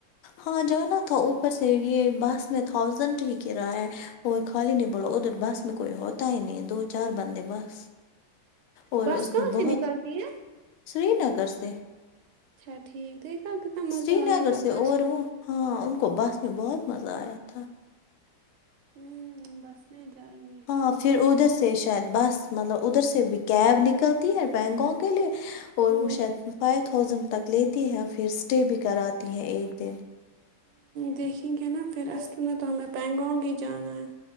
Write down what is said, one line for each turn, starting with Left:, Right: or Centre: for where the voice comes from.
Left: ہاں جانا تھا اوپر سے یہ بس میں تھاؤزینڈ ہی کرایہ اور خالی نہیں بولو ادھر بس میں کوئی ہوتا ہی نہیں دو چار بندے بس اور
Right: بس
Left: اس
Right: کہاں
Left: میں بہت
Right: سے نکلتی ہے
Left: سری نگر سے
Right: اچھا ٹھیک کتنا مزہ
Left: سری
Right: آئے
Left: نگر
Right: گا
Left: سے
Right: بس
Left: اور وہ ہاں ان کو بس میں بہت مزہ آیا تھا
Right: ہوں بس میں جائیں گے
Left: ہاں پھر ادھر سے شاید بس مطلب ادھر سے بھی کیب نکلتی ہے بینکانگ کے لیے اور
Right: ہ
Left: وہ شاید فائیو تھاؤزینڈ تک لیتی ہے فیس اسٹے بھی کراتی ہیں ایک دن
Right: دیکھیں گے نا پھر اصل میں تو ہمیں پینگانگ ہی جانا ہے